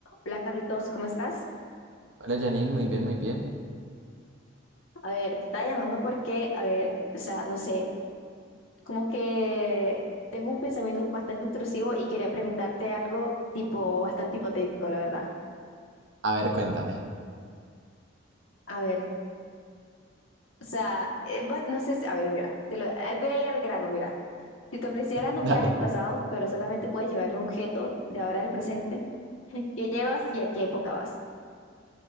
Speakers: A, on the left; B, on the right.
A: Hola Carlitos, ¿cómo estás?
B: Hola Janine, muy bien, muy bien.
A: A ver, te estaba llamando porque, a ver, o sea, no sé, como que tengo un pensamiento bastante intrusivo y quería preguntarte algo tipo bastante hipotético, la verdad.
B: A ver, cuéntame.
A: A ver, o sea, eh, va- no sé si, a ver, mira, te lo, eh, voy a ir al grano, mira. Si te ofrecieran un
B: <laughs> Dale.
A: viaje al pasado, pero solamente puedes llevar un objeto de ahora al presente, ¿qué llevas y a qué época vas?